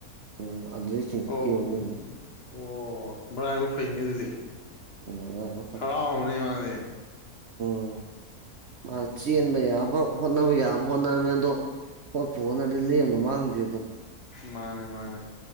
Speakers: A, on the right; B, on the left.
A: ꯎꯝ ꯑꯗꯨꯗꯩ ꯆꯤꯡꯈꯠꯈꯤꯕ
B: ꯑꯣ
A: ꯃꯣꯏ
B: ꯑꯣ ꯃꯔꯥꯏꯐꯛ ꯐꯩꯅꯤ ꯑꯗꯨꯗꯤ
A: ꯎꯝ ꯑꯗꯥꯏ ꯈꯔ ꯐꯔꯦ
B: ꯍꯔꯅꯤ ꯋꯥ <inaudible>
A: ꯑꯣ ꯃꯥ ꯆꯦꯟꯕ ꯌꯥꯕ ꯍꯣꯠꯅꯕ ꯌꯥꯕ ꯍꯣꯠꯅꯔꯝꯃꯦ ꯑꯗꯣ ꯍꯣꯠꯄ ꯍꯣꯠꯅꯔꯗꯤ ꯂꯦꯝꯗꯣ ꯃꯥꯡꯗꯦ ꯑꯗꯣ
B: ꯃꯥꯅꯦ ꯃꯥꯅꯦ